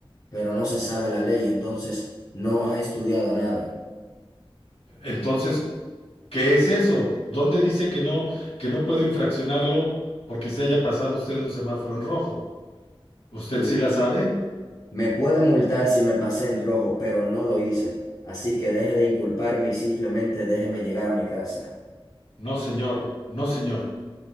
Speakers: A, on the left; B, on the left.
A: Pero no se sabe la ley, entonces no ha estudiado nada.
B: Entonces, ¿qué es eso? ¿Dónde dice que no, que no puedo infraccionarlo porque se haya pasado usted un semáforo en rojo? ¿Usted
A: U-
B: sí la sabe?
A: Me puede multar si me pasé en rojo, pero no lo hice. Así que deje de inculparme y simplemente déjeme llegar a mi casa.
B: No, señor, no, señor.